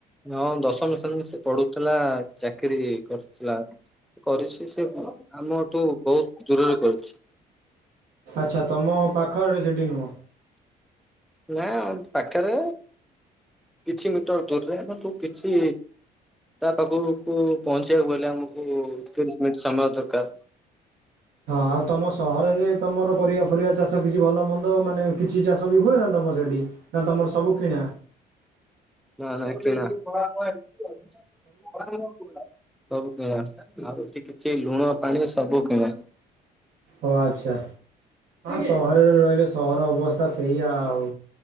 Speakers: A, in the centre; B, on the right (about 70°).
A: ହଁ ଦଶମ ଶ୍ରେଣୀ ସେ ପଢୁଥିଲା ଚାକିରିୀ କରିଥିଲା କରିଛି ସେ ଆମଠୁ ବହୁତ ଦୂରରେ କରୁଛି।
B: ଆଚ୍ଛା ତୁମ ପାଖ ଏ ସେଇଠି ନୁହଁ?
A: ନା ପାଖରେ କିଛି ମିଟର ଦୂରରେ ତୁ କିଛି ତା ପାଖକୁ ପହଞ୍ଚି ଯକୁ ଗଲେ ଆମକୁ ତିରିଶି ମି ସମୟ ଦରକାର।
B: ହଁ ଆଉ ତମ ସହରରେ ତମର ପରିବା ଫରିବା ଚାଷ କିଛି ଭଲ ମନ୍ଦ ମାନେ କିଛି ଚାଷ ବି ହୁଏ ନା ତମ ସେଠି? ନା ତମର ସବୁ କିଣା
A: ନା ନା କିଣା ସବୁ କିଣା। କିଛି ଲୁଣ ପାଣି ସବୁ କିଣା
B: ଓ ଆଚ୍ଛା ସହରରେ ରହିଲେ ସହର ଅବସ୍ଥା ସେଇଆ ଆଉ